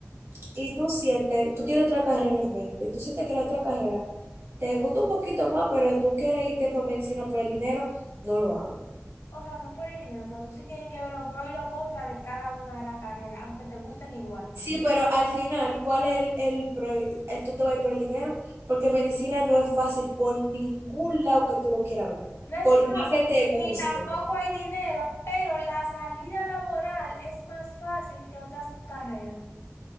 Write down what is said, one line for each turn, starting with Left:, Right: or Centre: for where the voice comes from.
Right: Y tú sientes, tú tienes otra carrera en mente, y tú sientes que la otra carrera te gusta un poquito más, pero tú quieres irte para medicina por el dinero, no lo hagas.
Left: O sea, no por el dinero, pero tú sí tienes que ver los pros y los contras de cada una de las carreras, aunque te gusten igual.
Right: Sí, pero al final, ¿cuál es el, el, pro- el tú te vas a ir por el dinero? Porque medicina no es fácil por ningún lado que tú lo quieras ver,
Left: No es
Right: por más
Left: fácil,
Right: que te
Left: ni
Right: guste.
Left: tampoco hay dinero, pero la salida laboral es más fácil que otras carreras.